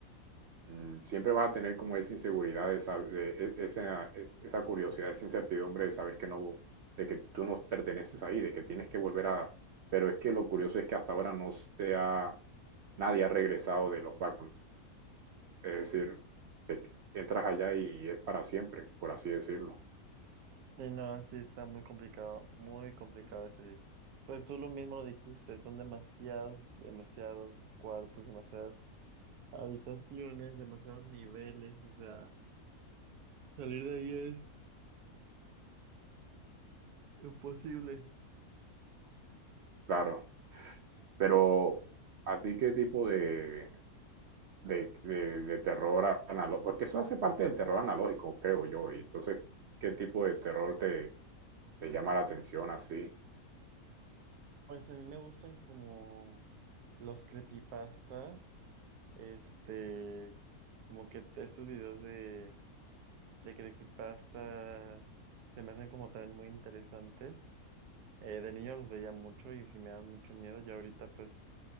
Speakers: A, on the right; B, on the right.
A: mm, siempre vas a tener como esa inseguridad, de sab- de- e- esa, e- esa curiosidad, esa incertidumbre de saber que no, de que tú no perteneces ahí, de que tienes que volver a... Pero es que lo curioso es que hasta ahora no sea nadie ha regresado de los backrooms. Es decir, te- entras allá y es para siempre, por así decirlo.
B: Y no, sí está muy complicado, muy complicado de salir. Pues tú lo mismo dijiste, son demasiados, demasiados cuartos, demasiadas habitaciones, demasiados niveles, o sea, salir de ahí es imposible.
A: Claro. Pero, ¿a ti qué tipo de, de, de- de terror analógico? Porque eso hace parte del terror analógico, creo yo. Y entonces, ¿qué tipo de terror te, te llama la atención así?
B: Pues a mí me gustan como los creepypastas, este, como que esos videos de de creepypastas se me hacen como también muy interesantes. Eh, de niño los veía mucho y sí me dan mucho miedo. Ya ahorita pues